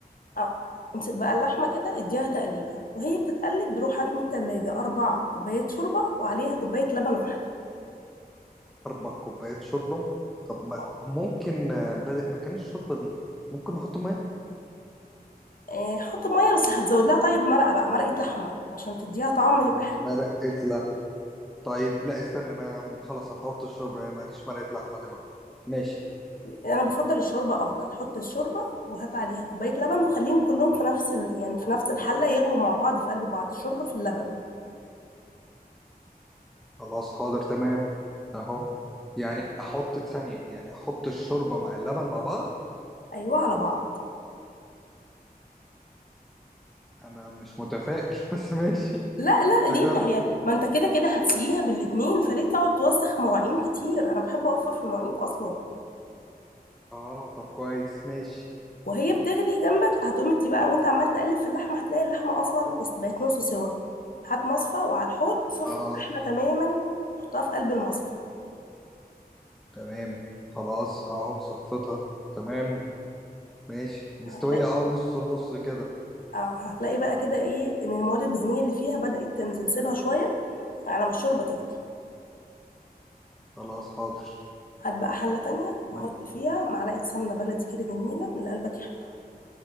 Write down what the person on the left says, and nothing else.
اه امسك بقى اللحمه كده اديها تقليبه وهي بتتقلب روح هات من التلاجة أربع كوبايات شوربه وعليها كوبايه لبن واحده
آه،
آه، حط ميه بس هتزود لها طيب مرقه بقى مرقه لحمه عشان تديها طعم يبقى حلو
انا بفضل الشوربه افضل حط الشوربه وهات عليها كوبايه لبن وخليهم كلهم في نفس ال... يعني في نفس الحله يغلوا مع بعض في قلب بعض الشوربه في اللبن
ايوه على بعض
لا لا
ليه ما هي ما انت كده كده هتسقيها بالاتنين فليه تقعد توسخ مواعين كتير انا بحب اوفر في المواعين اصلا
وهي بتغلي جنبك هتقوم دي بقى وانت عمال تقلب في اللحمه هتلاقي اللحمه اصلا بقت نص سوا هات مصفى وعلى الحوض صفي
اللحمه تماما حطها في قلب المصفى
هتلاقي
اه هتلاقي بقى كده ايه ان المواد الدهنيه اللي فيها بدأت تنزل سيبها شويه على ما الشوربه تغلي
هات بقى حله تانية وحط
فيها معلقه سمنه بلدي كده جميله من اللي قلبك يحبها